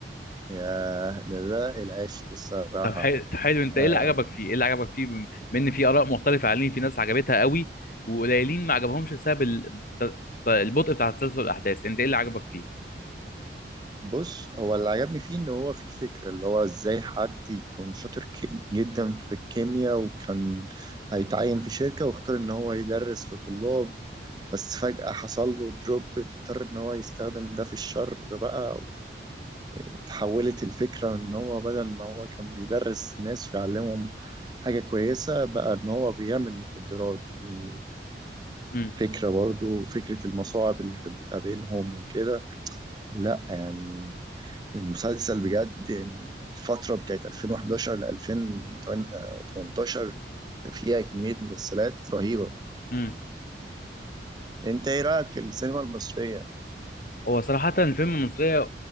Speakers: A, on the right; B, on the left.
A: يا ده ده العشق الصراحة
B: طب حي- حلو انت
A: آه.
B: ايه اللي عجبك فيه ايه اللي عجبك فيه بم- بما ان في اراء مختلفه عليه في ناس عجبتها قوي وقليلين ما عجبهمش بسبب ال- ت- ت- البطء بتاع تسلسل الاحداث انت ايه اللي عجبك فيه
A: بص هو اللي عجبني فيه ان هو في فكرة اللي هو ازاي حد يكون شاطر ك- جدا في الكيمياء وكان هيتعين في شركة واختار ان هو يدرس لطلاب بس فجأة حصل له دروب اضطر ان هو يستخدم ده في الشر بقى اتحولت الفكرة ان هو بدل ما هو كان بيدرس ناس ويعلمهم حاجة كويسة بقى ان هو بيعمل مخدرات دي
B: امم
A: فكرة برضو فكرة المصاعب اللي كانت بتقابلهم وكده لا يعني المسلسل بجد يعني الفترة بتاعت 2011 ل 2018 فيها كمية مسلسلات رهيبة
B: امم
A: انت ايه رأيك في السينما المصرية؟
B: هو صراحة الفيلم المصرية